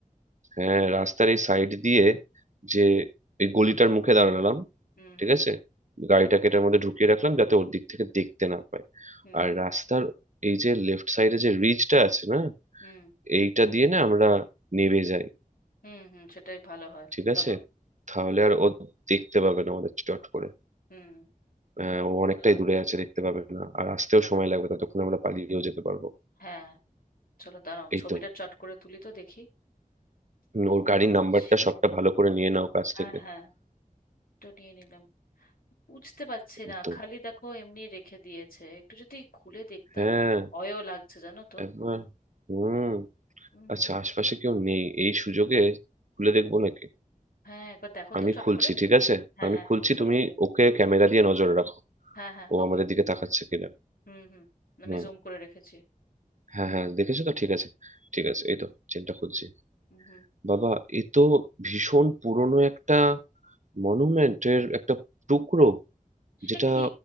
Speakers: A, on the right; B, on the left.
A: হ্যাঁ রাস্তার এই সাইড দিয়ে যে এই গলিটার মুখে দাঁড়ালাম
B: হুম
A: ঠিক
B: হুম
A: আছে গাড়িটাকে এটার মধ্যে ঢুকিয়ে রাখলাম যাতে ওর দিক থেকে দেখতে না পায়
B: হুম
A: আর রাস্তার এই যে লেফট সাইডে যে রিজটা আছে না
B: হুম
A: এইটা দিয়ে না আমরা নেমে যাই
B: হুম হুম সেটাই ভালো হয়
A: ঠিক
B: চলো
A: আছে তাহলে আর ও দেখতে পাবে না আমাদের চট করে
B: হুম
A: আহ, ও অনেকটাই
B: চলো
A: দূরে
B: তো।
A: আছে দেখতে পাবে না আর আসতেও সময় লাগবে ততক্ষণ আমরা পালিয়েও যেতে পারবো
B: হ্যাঁ চলো দাঁড়াও
A: এই
B: ছবিটা
A: তো
B: চট করে তুলি তো দেখি
A: উম,
B: কি
A: ওর গাড়ির
B: আছে
A: নাম্বারটা সবটা ভালো করে নিয়ে নাও কাছ
B: হ্যাঁ
A: থেকে
B: হ্যাঁ একটু নিয়ে নিলাম বুঝতে পারছি
A: এই
B: না
A: তো
B: খালি দেখো এমনি রেখে দিয়েছে একটু যদি খুলে দেখতাম
A: হ্যাঁ
B: কিন্তু ভয়ও লাগছে জানো তো
A: একবার হুম
B: হুম
A: আচ্ছা
B: হুম
A: আশপাশে কেউ নেই এই সুযোগে খুলে দেখবো নাকি
B: হ্যাঁ একবার দেখো
A: আমি
B: তো চট
A: খুলছি
B: করে
A: ঠিক আছে
B: হ্যাঁ
A: আমি
B: হ্যাঁ
A: খুলছি
B: খোলো
A: তুমি
B: খোলো
A: ওকে ক্যামেরা দিয়ে নজর রাখো
B: হ্যাঁ হ্যাঁ
A: ও
B: ওকে
A: আমাদের দিকে তাকাচ্ছে কিনা
B: হুম হুম আমি
A: হুম
B: জুম করে রেখেছি
A: হ্যাঁ হ্যাঁ দেখেছো তো ঠিক আছে ঠিক আছে এই তো চেনটা খুলছি
B: হুম হুম
A: বাবা এ তো ভীষণ পুরনো একটা মনুমেন্টের একটা টুকরো
B: সে
A: যেটা
B: কি